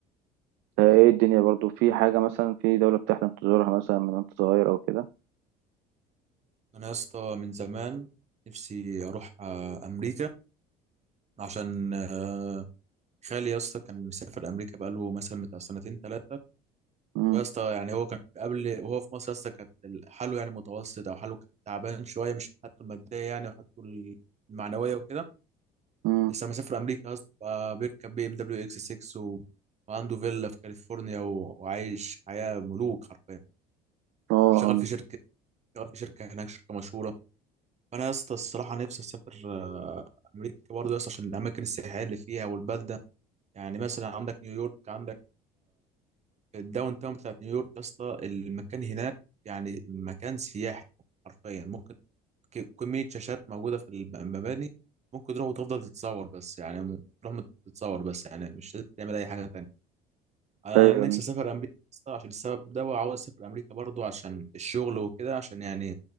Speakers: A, on the right; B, on the right.
A: ده إيه الدنيا برضو في حاجة مثلا في دولة بتحلم تزورها مثلا من وأنت صغير أو كده؟
B: انا يا اسطى من زمان نفسي اروح آه، امريكا عشان آه، خالي يا اسطى كان مسافر امريكا بقاله مثلا بتاع سنتين ثلاثه
A: مم.
B: ويا اسطى يعني هو كان قبل وهو في مصر يا اسطى كانت حاله يعني متوسط او حاله كان تعبان شويه مش حالته الماديه يعني وحالته المعنويه وكده
A: مم.
B: بس لما سافر امريكا يا اسطى بقى بيركب بي ام دبليو اكس 6 و... وعنده فيلا في كاليفورنيا و... وعايش حياه ملوك حرفيا
A: آه
B: وشغال
A: آه.
B: في شركه شغال في شركه هناك شركه مشهوره فانا يا اسطى الصراحه نفسي اسافر آه، امريكا برضه يا اسطى عشان الاماكن السياحيه اللي فيها والبلده يعني مثلا عندك نيويورك عندك الداون تاون بتاعت نيويورك يا اسطى المكان هناك يعني مكان سياحي حرفيا ممكن ك- كمية شاشات موجودة في الم- المباني ممكن تروح وتفضل تتصور بس يعني م- تروح مت- تتصور بس يعني مش لازم تعمل أي حاجة تانية أنا
A: أيوه
B: نفسي أسافر أمريكا يا اسطى عشان السبب ده وعاوز أسافر أمريكا برضو عشان الشغل وكده عشان يعني